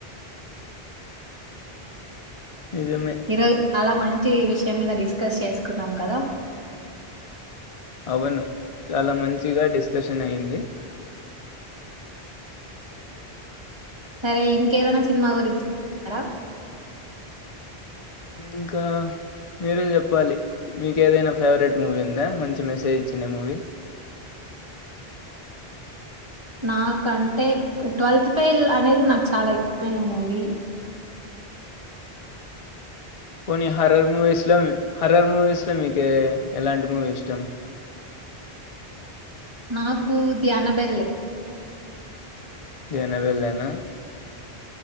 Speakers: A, on the left (about 40°); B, on the right (about 25°).
A: నిజమే
B: ఈరోజు చాలా మంచి విషయం మీద డిస్కస్ చేసుకున్నాం కదా!
A: అవును చాలా మంచిగా డిస్కషన్ అయింది
B: సరే ఇంకేదైనా సినిమా గురించి చెప్తారా?
A: ఇంకా మీరే చెప్పాలి మీకేదైనా ఫేవరెట్ మూవీ ఉందా మంచి మెసేజ్ ఇచ్చిండే మూవీ
B: నాకంటే 'ట్వెల్త్ ఫెయిల్' అనేది నాకు చాలా ఇష్టమైన మూవీ.
A: పోనీ హర్రర్ మూవీస్ లో హర్రర్ మూవీస్ లో మీకే ఎలాంటి మూవీ ఇష్టం
B: నాకు 'ది అనబెల్లే'
A: జనబెల్లేనా